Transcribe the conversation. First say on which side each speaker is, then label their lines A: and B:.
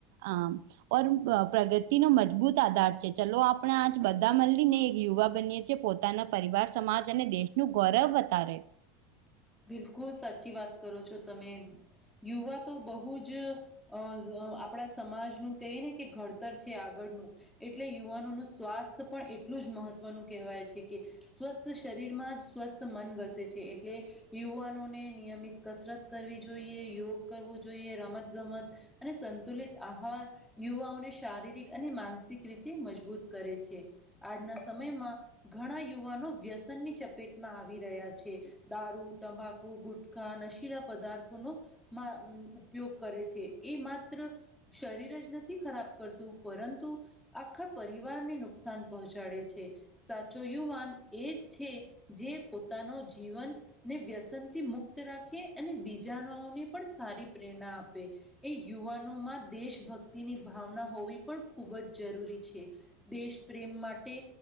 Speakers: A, on the right; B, in the centre.
A: આમ ઓર પ્રગતિ નો મજબૂત આધાર છે. ચલો આપણે આજ બધા મલી ને એક યુવા બનીએ કે પોતાના પરિવાર સમાજ અને દેશનું ગૌરવ વતારે
B: બિલકુલ સાચી વાત કરો છો તમે યુવા તો બહુ જ અ <unintelligible> આપણા સમાજનું કહી ને કે ઘડતર છે. આગળનું એટલે યુવાનોનું સ્વાસ્થ્ય પણ એટલું જ મહત્વનું કહેવાય છે કે સ્વસ્થ શરીર માં સ્વસ્થ મન વસે છે એટલે યુવાનોને નિયમિત કસરત કરવી જોઈએ યોગ કરવો જોઈએ રમતગમત અને સંતુલિત આહાર યુવાઓને શારીરિક અને માનસિક રીતે મજબૂત કરે છે આજના સમયમાં ઘણા યુવાનો વ્યસનની ચપેટમાં આવી રહ્યા છે. દારૂ તંબકુ ગુટખા નશીલા પદાર્થોનો મા <unintelligible> ઉપયોગ કરે છે. એ માત્ર શરીર જ નથી ખરાબ કરતું પરંતુ આખા પરિવારને નુકસાન પહોંચાડે છે સાચો યુવાન એજ છે. જે પોતાનો જીવન ને વ્યસનથી મુક્ત રાખે અને બીજાનાઓને પણ સારી પ્રેરણા આપે એ યુવાનોમાં દેશભક્તિની ભાવના હોવી પણ ખૂબ જ જરૂરી છે. દેશ પ્રેમ માટે